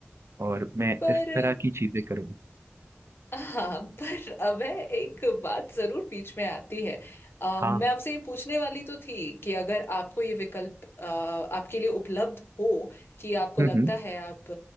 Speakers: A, on the right; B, on the left.
A: और मैं
B: पर
A: इस तरह की चीजें करूंगा
B: हाँ पर अब है एक बात जरूर बीच में आती है अ,
A: हाँ
B: मैं आपसे ये पूछने वाली तो थी कि अगर आपको ये विकल्प अ, आपके लिए उपलब्ध हो कि आपको
A: हम्म
B: लगता
A: हम्म,
B: है आप